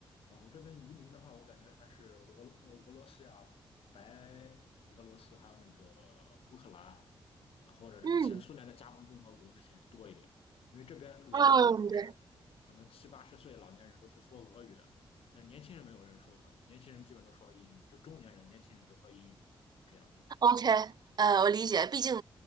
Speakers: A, on the left; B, on the right.
A: 然后这边移民的话，我感觉还是俄罗呃俄罗斯呀、白俄罗斯，还有那个乌克兰，或者是前苏联的加盟共和国那些多一点，
B: 嗯
A: 因为这边老年人就是
B: 嗯，对，
A: 可能七八十岁老年人都是说俄语的，但是年轻人没有人说俄语，年轻人基本都说英语，就中年人、年轻人都说英语这样子。
B: OK，呃，我理解，毕竟